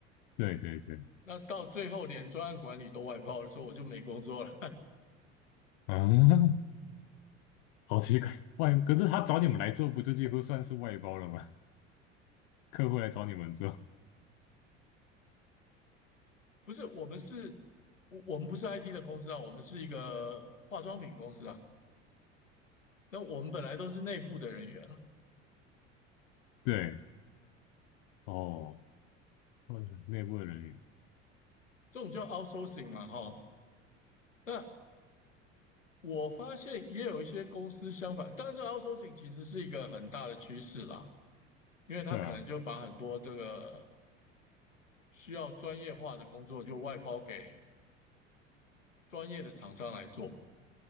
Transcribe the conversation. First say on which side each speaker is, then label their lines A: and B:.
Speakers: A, on the left; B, on the left.
A: 对对对，
B: 那到最后连专案管理都外包的时候，我就没工作了。
A: 啊，好奇怪，外，可是他找你们来做，不就几乎算是外包了吗？客户来找你们做，
B: <laughs> 不是，我们是，我我们不是 IT 的公司啊，我们是一个化妆品公司啊。那我们本来都是内部的人员啊，
A: 对，哦，或者内部的人员，
B: 这种叫 outsourcing 嘛，哈。那我发现也有一些公司相反，当然这个 outsourcing 其实是一个很大的趋势啦，因为它可能就把很多这个
A: 对啊，
B: 需要专业化的工作就外包给专业的厂商来做。